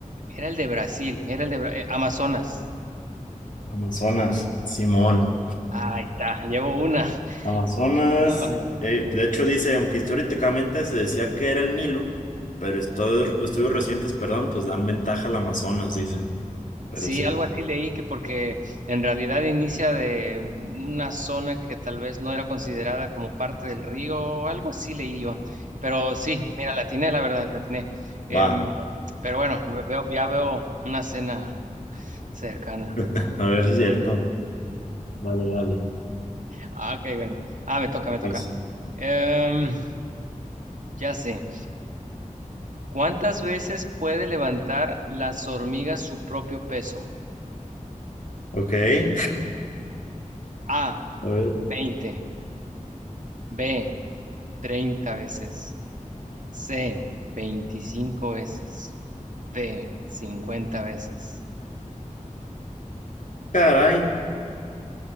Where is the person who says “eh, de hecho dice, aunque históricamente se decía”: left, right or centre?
Left